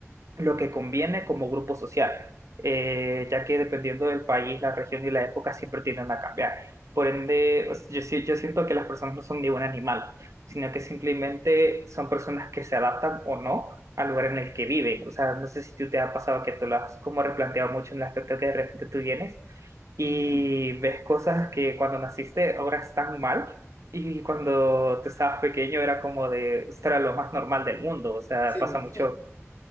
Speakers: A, on the right; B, on the left.
A: lo que conviene como grupo social, eh, ya que dependiendo del país, la región y la época siempre tienden a cambiar. Por ende, o sea, yo, sí- yo siento que las personas no son ni un animal, sino que simplemente son personas que se adaptan o no al lugar en el que viven. O sea, no sé si tú te ha pasado que tú lo has como replanteado mucho en el aspecto que de repente tú vienes y
B: Ujú.
A: ves cosas que cuando naciste ahora están mal y cuando tú estabas pequeño era como de, esto era lo más normal del mundo, o sea,
B: Sí,
A: pasa
B: vos.
A: mucho